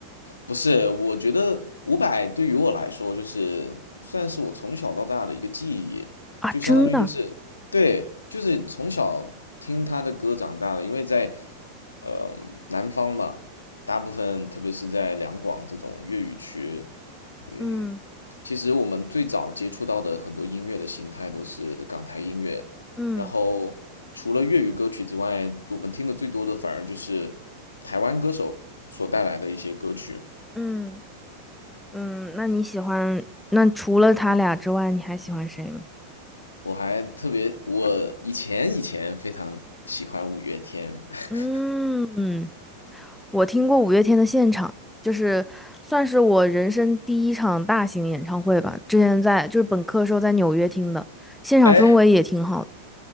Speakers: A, on the left; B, in the centre.
A: 不是，我觉得伍佰对于我来说，就是算是我从小到大的一个记忆，
B: 啊，
A: 就相当于就是，
B: 真的。
A: 对，就是从小听他的歌长大的，因为在呃南方嘛，大部分特别是在两广这种粤语区，嗯，
B: 嗯
A: 其实我们最早接触到的很多音乐的形态都是港台音乐，
B: 嗯
A: 然后除了粤语歌曲之外，我们听的最多的反而就是台湾歌手所带来的一些歌曲。
B: 嗯嗯，那你喜欢，那除了他俩之外，你还喜欢谁吗？
A: 我还特别，我以前以前非常喜欢五月天，<laughs>
B: 嗯，我听过五月天的现场，就是算是我人生第一场大型演唱会吧。之前在就是本科时候在纽约听的，现场氛围也挺好的。
A: 哎，